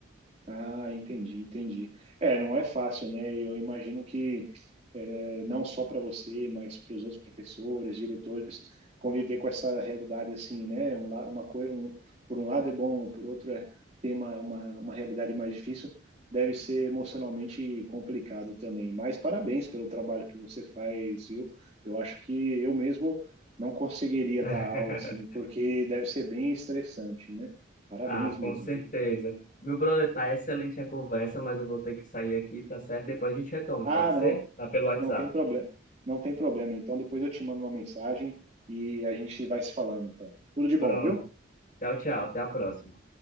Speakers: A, on the right; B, on the left.
A: Ah, entendi, entendi. É, não é fácil, né? E eu imagino que é, não só para você, mas para os outros professores, diretores, conviver com essa realidade assim, né? Um, la- uma coisa, um, por um lado é bom, por outro é tem uma, uma, uma realidade mais difícil, deve ser emocionalmente complicado também. Mas parabéns pelo trabalho que você faz, viu? Eu acho que eu mesmo não conseguiria
B: <laughs>
A: dar aula assim, porque deve ser bem estressante, né? Parabéns
B: Ah, com
A: mesmo,
B: certeza.
A: viu?
B: Meu brother, tá excelente a conversa, mas eu vou ter que sair aqui, tá certo? Depois a gente retoma,
A: Ah,
B: pode ser?
A: não.
B: Tá pelo WhatsApp.
A: Não tem problema. Não tem problema. Então depois eu te mando uma mensagem e a gente vai se falando, então. Tudo de
B: Pronto.
A: bom, viu?
B: Tchau, tchau. Até a próxima.